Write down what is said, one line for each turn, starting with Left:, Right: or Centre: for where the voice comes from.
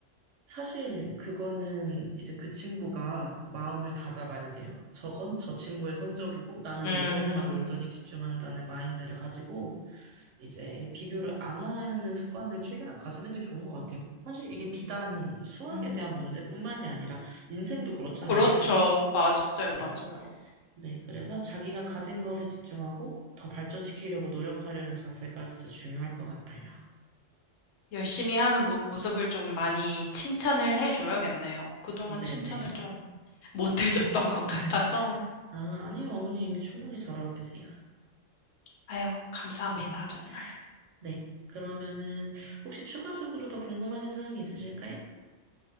Right: 사실 그거는 이제 그 친구가 마음을 다잡아야 돼요. 저건 저 친구의 성적이고, 나는
Left: 음,
Right: 내 것에만 온전히 집중한다는 마인드를 가지고, 이제 비교를 안 하는 습관을 최대한 가지는 게 좋은 것 같아요. 사실 이게 비단 수학에
Left: 음.
Right: 대한 문제뿐만이 아니라, 인생도 그렇잖아요.
Left: 그렇죠. 맞아요.
Right: 네네.
Left: 맞아요.
Right: 네, 그래서 자기가 가진 것에 집중하고 더 발전시키려고 노력하려는 자세가 진짜 중요할 것 같아요.
Left: 열심히 하는 모- 모습을 좀 많이 칭찬을 해줘야겠네요. 그동안
Right: 네네.
Left: 칭찬을 좀 못 해줬던
Right: 음,
Left: 것
Right: <laughs>
Left: 같아서.
Right: 아, 아니요, 어머니 이미 충분히 잘하고 계세요.
Left: 아유, 감사합니다,
Right: <laughs>
Left: 정말.
Right: 네. 그러면은, 혹시 추가적으로 더 궁금하신 사항이 있으실까요?